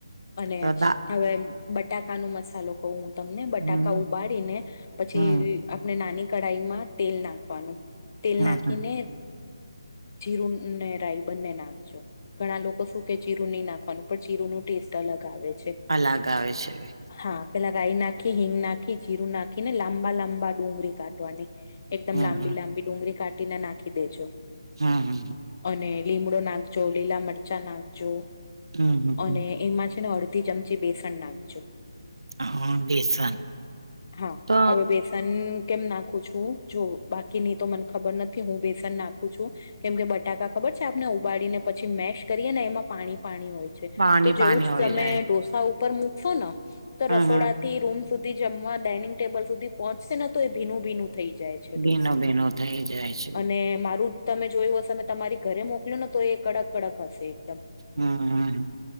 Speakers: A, on the left; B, on the right.
A: અને
B: તો દા
A: હવે બટાકા નો મસાલો કવું હું તમને બટાકા
B: હમ
A: ઉબાડીને પછી
B: હમ
A: આપણે નાની કઢાઈમાં તેલ નાખવાનું, તેલ
B: હમ
A: નાખીને
B: હમ
A: જીરું ને, રાઈ બંને નાખજો. ઘણા લોકો શું કે જીરૂ નહીં નાખવાનું, પણ જીરૂ નું ટેસ્ટ અલગ આવે.
B: અલગ આવે છે.
A: હા, પેલા રાય નાખી, હિંગ નાખી, જીરું નાખીને લાંબા લાંબા ડુંગળી કાઢવાની. એકદમ
B: હમ
A: લાંબી-લાંબી
B: હમ
A: ડુંગળી કાઢીને નાખી દેજો.
B: હા.
A: અને લીમડો નાખજો, લીલા મરચાં નાખજો.
B: હમ હમ
A: અને
B: હમ
A: એમાં છે ને, અડધી ચમચી બેસન નાખજો.
B: હ, બેસન.
A: હા,
B: તો
A: હવે. ન કેમ નાખું છું, જો બાકીની તો મને ખબર નથી, હું બેસન નાખું છું. કેમ કે બટાકા ખબર છે, આપને ઉબાડીને પછી મેશ કરીએ ને એમાં પાણી પાણી
B: પાણી
A: તો જેવું
B: પાણી
A: જ
B: હોય
A: તમે
B: જાય
A: ઢોસા મુકશો ને, તો
B: હમ
A: રસોડાથી
B: હમ
A: રૂમ સુધી જમવા ડાઇનિંગ ટેબલ સુધી પહોંચશે ને, તો એ ભીનું ભીનું થઈ જાય છે,
B: ભીનો
A: ઢોસું
B: ભીનો થઈ જાય છે
A: અને મારું તમે જોયું હશે, અમે તમારી ઘરે મોકલ્યું ને, તો એ કડક કડક હશે એકદમ.
B: હમ.